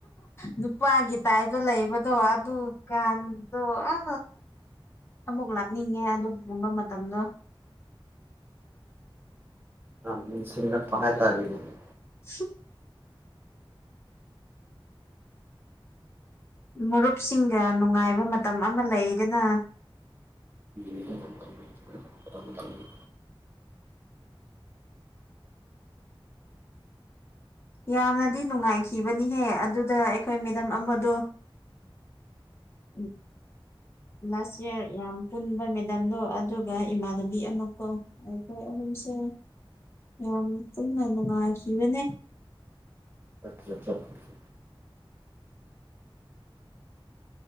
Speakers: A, on the left (about 25°); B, on the right (about 25°).
A: ꯅꯨꯄꯥꯒꯤ ꯇꯥꯏꯞꯗ ꯂꯩꯕꯗꯣ ꯑꯗꯨꯀꯥꯟꯗꯣ ꯑ ꯑꯃꯨꯛ ꯂꯥꯛꯅꯤꯡꯉꯦ ꯑꯗꯨꯒꯨꯝꯕ ꯃꯇꯝꯗꯣ
B: ꯑꯥꯝ ꯅꯤꯡꯁꯤꯡꯉꯛꯄ ꯍꯥꯏꯇꯥꯔ‌ꯦꯅ‌ꯦ
A: ꯁꯤ ꯃꯔꯨꯞꯁꯤꯡꯒ ꯅꯨꯡꯉꯥꯏꯕ ꯃꯇꯝ ꯑꯃ ꯂꯩꯗꯅ
B: <unintelligible> ꯎꯝ
A: ꯌꯥꯝꯅꯗꯤ ꯅꯨꯡꯉꯥꯏꯈꯤꯕꯅꯤꯍꯦ ꯑꯗꯨꯗ ꯑꯩꯈꯣꯏ ꯃꯦꯗꯝ ꯑꯃꯗꯣ ꯎꯝ ꯂꯥꯁ ꯏꯌꯥꯔ ꯌꯥꯝ ꯄꯨꯟꯕ ꯃꯦꯗꯝꯗꯣ ꯑꯗꯨꯒ ꯏꯃꯥꯟꯅꯕꯤ ꯑꯃꯐꯧ ꯑꯩꯈꯣꯏ ꯑꯍꯨꯝꯁꯨ ꯌꯥꯝ ꯄꯨꯟꯅ ꯅꯨꯡꯉꯥꯏꯈꯤꯕꯅꯦ
B: <unintelligible>